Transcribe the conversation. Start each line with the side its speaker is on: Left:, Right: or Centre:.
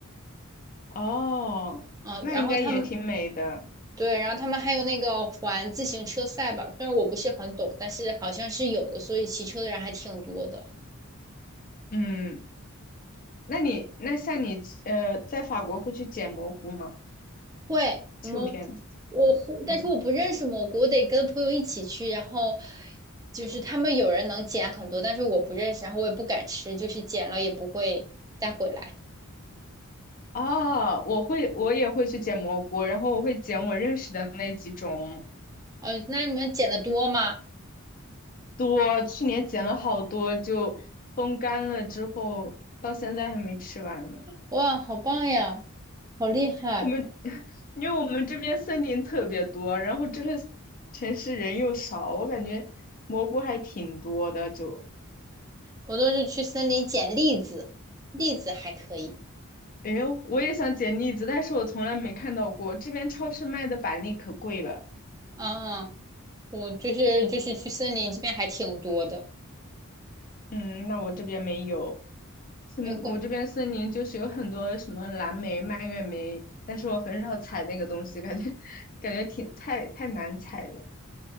Left: 哦，
Right: 嗯，
Left: 那应该也挺美的。
Right: 然后他们对，然后他们还有那个环自行车赛吧，虽然我不是很懂，但是好像是有的，所以骑车的人还挺多的。
Left: 嗯，那你那像你呃，在法国会去捡蘑菇吗？
Right: 会，我们
Left: 秋天，
Right: 我会但是我不认识蘑菇，
Left: 嗯，
Right: 我得跟朋友一起去，然后就是他们有人能捡很多，但是我不认识，然后我也不敢吃，就是捡了也不会带回来。
Left: 哦，我会，我也会去捡蘑菇，然后我会捡我认识的那几种
Right: 呃，那你们捡的多吗？
Left: 多，去年捡了好多，就风干了之后，到现在还没吃完呢。
Right: 哇，好棒呀，好厉害！
Left: 我们 <laughs> 因为我们这边森林特别多，然后这个城市人又少，我感觉蘑菇还挺多的，就
Right: 我都是去森林捡栗子，栗子还可以。
Left: 诶，我也想捡栗子，但是我从来没看到过。这边超市卖的板栗可贵了，
Right: 啊，我就是就是去森林这边还挺多的，
Left: 嗯，那我这边没有。森，
Right: 没有挂
Left: 我这边森林就是有很多什么蓝莓、蔓越莓，但是我很少采那个东西，感觉 <laughs> 感觉挺太太难采了。